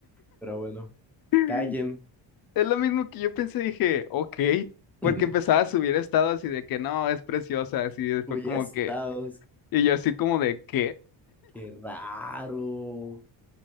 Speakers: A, in the centre; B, on the left.
A: pero bueno,
B: <laughs>
A: callen.
B: Es lo mismo que yo pensé, dije, ok, porque
A: <laughs>
B: empezaba a subir estados así de que no, es preciosa, así después como
A: estados
B: que, y yo así como de, ¿qué?
A: qué raro.